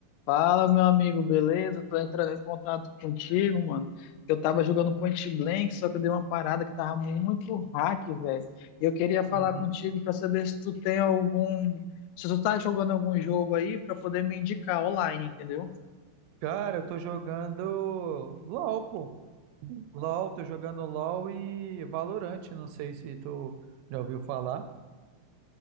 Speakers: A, on the left; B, on the right.
A: Fala, meu amigo, beleza? Tô entrando em contato contigo, mano. Eu tava jogando Point Blank, só que eu dei uma parada que tava muito hack, velho. E eu queria falar
B: Uhum.
A: contigo pra saber se tu tem algum. Se tu tá jogando algum jogo aí pra poder me indicar online, entendeu?
B: Cara, eu tô jogando LOL, pô. LOL, tô jogando LOL e Valorant. Não sei se tu já ouviu falar.